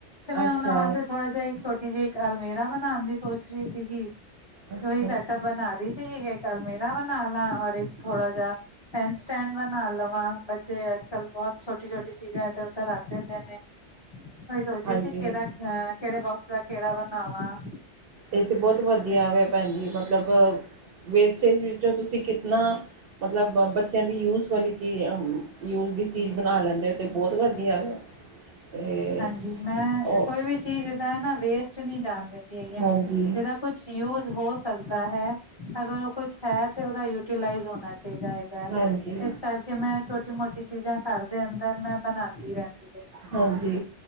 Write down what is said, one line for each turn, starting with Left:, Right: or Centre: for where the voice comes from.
Left: ਤੇ ਮੈਂ
Right: ਅੱਛਾ
Left: ਉਹਨਾਂ ਵਾਸਤੇ ਥੋੜਾ ਜਾ ਇੱਕ ਛੋਟੀ ਜਿਹੀ, ਇੱਕ ਅਲਮੀਰਾ ਬਣਾਣ ਦੀ ਸੋਚ ਰਹੀ ਸੀਗੀ।
Right: ਅੱਛਾ
Left: ਉਹੀ ਸੈਟਅਪ
Right: ਅੱਛਾ
Left: ਬਣਾ ਰਹੀ ਸੀਗੀ, ਕਿ ਇੱਕ ਅਲਮੀਰਾ ਬਣਾ ਲਾ, ਔਰ ਇੱਕ ਥੋੜਾ ਜਾ ਪੈਨ ਸਟੈਂਡ ਬਣਾ ਲਵਾਂ, ਬੱਚੇ ਅੱਜ- ਕੱਲ੍ਹ ਬਹੁਤ ਛੋਟੀ-ਛੋਟੀ ਚੀਜ਼ਾਂ ਇੱਧਰ-ਉਧਰ ਰੱਖ ਦਿੰਦੇ ਨੇ। ਮੈਂ ਏਹੀ ਸੋਚ
Right: ਹਾਂਜੀ
Left: ਰਹੀ ਸੀ, ਕਿਹੜਾ ਕਿਹੜੇ ਬੋਕਸ ਦਾ ਕਿਹੜਾ ਬਣਾਵਾਂ।
Right: ਇਹ ਤੇ ਬਹੁਤ ਵਧੀਆ
Left: ਤੇ
Right: ਵਾ, ਭੈਣ ਜੀ ਮਤਲਬ। ਵੇਸਟੇਜ ਵਿੱਚੋਂ ਤੁਸੀਂ ਕਿਤਨਾ ਮਤਲਬ, ਬੱਚਿਆਂ ਦੀ ਯੂਜ ਵਾਲੀ ਤੇ ਅ ਯੂਜ ਦੀ ਚੀਜ਼ ਬਣਾ ਲੈਂਦੇ ਹੋ, ਤਾਂ ਬਹੁਤ ਵਧੀਆ ਵਾ ਤੇ
Left: ਹਾਂਜੀ, ਮੈਂ
Right: ਉਹ
Left: ਕੋਈ ਵੀ ਚੀਜ਼ ਜਿੱਦਾਂ ਐ ਨਾ, ਵੇਸਟ ਨੀ ਜਾਣ ਦਿੰਦੀ ਹੈਗੀ ਆ,
Right: ਹਾਂਜੀ
Left: ਜਿਦਾਂ ਕੁਛ ਯੂਜ ਹੋ ਸਕਦਾ ਹੈ, ਅਗਰ ਉਹ ਕੁਛ ਹੈ ਤੇ ਉਹਦਾ ਯੂਟੀਲਾਈਜ਼ ਹੋਣਾ ਚਾਹੀਦਾ ਹੈ।
Right: ਹਾਂਜੀ
Left: ਇਸ ਕਰਕੇ ਮੈਂ ਛੋਟੀ ਮੋਟੀ ਚੀਜ਼ਾਂ ਘਰ ਦੇ ਅੰਦਰ ਮੈਂ ਬਣਾਂਦੀ ਰਹਿੰਦੀ ਆਂ।
Right: ਹਾਂਜੀ।